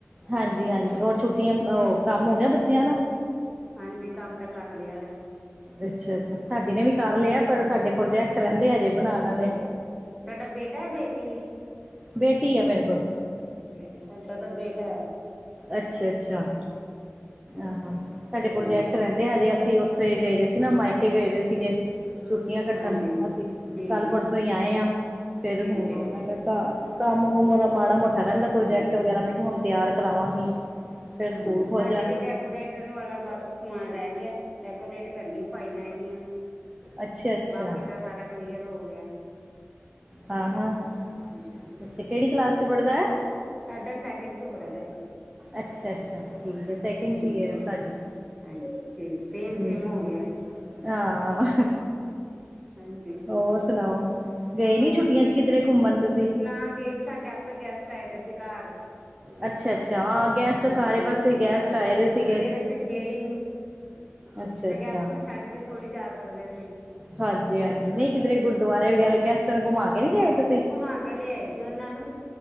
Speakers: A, on the right (about 20°); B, in the centre.
A: ਹਾਂਜੀ ਹਾਂਜੀ ਹੋਰ ਛੁੱਟੀਆਂ ਔਹ ਕੰਮ ਹੋ ਗਿਆ ਬੱਚਿਆਂ ਦਾ।
B: ਹਾਂਜੀ ਕੰਮ ਤਾਂ ਕਰ ਲਿਆ ਵ।
A: ਅੱਛਾ ਅੱਛਾ ਸਾਡੇ ਨੇ ਵੀ ਕਰ ਲਿਆ ਪਰ ਸਾਡੇ ਪ੍ਰੋਜੈਕਟ ਰਹਿੰਦੇ ਹਜੇ ਬਣਾਉਣ ਵਾਲੇ।
B: ਅੱਛਾ ਤੁਹਾਡਾ ਬੇਟਾ ਹੈ ਬੇਟੀ ਹੈ।
A: ਬੇਟੀ ਹੈ ਮੇਰੇ ਕੋਲ
B: ਅੱਛਾ ਜੀ ਸਾਡਾ ਤਾਂ ਬੇਟਾ ਹੈ।
A: ਅੱਛਾ ਅੱਛਾ ਆਹ ਸਾਡੇ ਪ੍ਰੋਜੈਕਟ
B: ਹਾਂਜੀ
A: ਰਹਿੰਦੇ ਆ ਜੇ ਅਸੀਂ ਥ ਇਹ ਗਏ ਰਹੇ ਸੀ ਨਾ ਮਾਈਕੇ ਗਏ ਦੇ ਸੀਗੇ ਛੁੱਟੀਆਂ ਕੱਟਣ
B: ਹਾਂਜੀ
A: ਅਸੀਂ
B: ਠੀਕ
A: ਕੱਲ ਪਰਸੋਂ ਹੀ ਆਏ ਹ। ਫੇਿਰ
B: ਠੀਕ
A: ਹੁਣ
B: ਹੈ ਜੀ
A: ਮੈਂ ਕੰਮ ਕੁਮ ਉਹਦਾ ਮਾੜਾ ਮੋਟਾ ਰਹਿੰਦਾ ਪ੍ਰੋਜੈਕਟ
B: ਹਾਂਜੀ
A: ਵਗੈਰਾ ਮੈਂ ਕਿਹਾ ਹੁਣ ਤਿਆਰ ਕਰਾਵਾਂਗੀ ਫੇਰ ਸਕੂਲ
B: ਹਾਂਜੀ
A: ਖੋਲ
B: ਸਾਡੇ ਵੀ ਡੈਕੋਰੇਟ ਵਾਲਾ ਬਸ ਸਮਾਨ ਰਹਿ ਗਿਆ ਡੈਕੋਰੇਟ ਕਰਨੀ ਫਾਇਲਾ ਏਦੀਆ।
A: ਅੱਛਾ ਅੱਛਾ
B: ਬਾਕੀ ਤਾਂ ਸਾਰਾ ਕਲੀਅਰ ਹੋ ਗਿਆ।
A: ਆ ਹਾਂ ਅੱਛਾ
B: ਹਾਂਜੀ
A: ਬੱਚਾ ਕਿਹੜੀ ਕਲਾਸ ਚ ਪੜ੍ਹਦਾ ਹੈ।
B: ਸਾਡਾ ਸੈਕਿੰਡ ਚ ਪੜਦਾ।
A: ਅੱਛਾ ਅੱਛਾ ਠੀਕ ਆ ਸੈਕਿੰਡ
B: ਹਾਂਜੀ
A: ਚ ਹੈ ਸਾਡੀ।
B: ਹਾਂਜੀ ਠੀਕ ਸੇਮ
A: ਹਮ
B: ਸੇਮ ਹੋ ਗਿਆ।
A: ਹਾਂ
B: ਹਾਂਜੀ
A: ਹੋਰ ਸੁਣਾਓ। ਗਏ
B: ਬਸ
A: ਨੀ ਛੁਟੀਆਂ ਚ ਕਿਧਰੇ ਘੁੰਮਣ। ਤੁਸੀਂ?
B: ਨਾ ਗਏ ਨੀ ਸਾਡੇ ਆਪੇ ਗੈਸਟ ਆਏ ਦੇ ਸੀ ਘਰ।
A: ਅੱਛਾ-ਅੱਛਾ ਹਾਂ ਗੈਸਟ
B: ਹਾਂਜੀ
A: ਸਾਰੇ ਪਾਸੇ ਗੈਸਟ ਆਏ ਦੇ ਸੀਗੇ।
B: ਫੇਰ ਅਸੀਂ ਗਏ ਹੀ ਨੀ ਤੇ
A: ਅੱਛਾ ਅੱਛਾ
B: ਗੈਸਪ ਨੂੰ ਛੱਡ ਕੇ ਥੋੜ੍ਹੀ ਜਾ ਸਕਦੇ ਅਸੀਂ।
A: ਹਾਂਜੀ ਹਾਂਜੀ ਨਹੀਂ ਕਿਧਰੇ ਗੁਰਦੁਆਰੇ ਵਗੈਰਾ ਗੈਸਟਾਂ ਨੂੰ ਘੁੰਮਾ ਕੇ ਨਹੀਂ ਲਏ ਤੁਸੀਂ।
B: ਘਮਾ ਕੇ ਲਿਆ ਆਏ ਸੀ ਉਹਨਾਂ ਨੂੰ